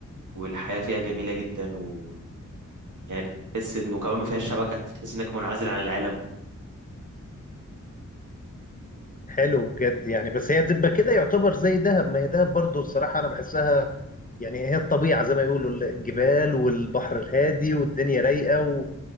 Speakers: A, on the right; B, on the left.
A: والحياة فيها جميلة جدا و يعني بتحس انه كمان ما فيهاش شبكة بتحس انك منعزل عن العالم
B: حلو بجد يعني بس هي تبقى كده يعتبر زي دهب ما هي دهب برضو الصراحة أنا بحسها يعني هي الطبيعة زي ما يقولوا الجبال والبحر الهادي والدنيا رايقة و...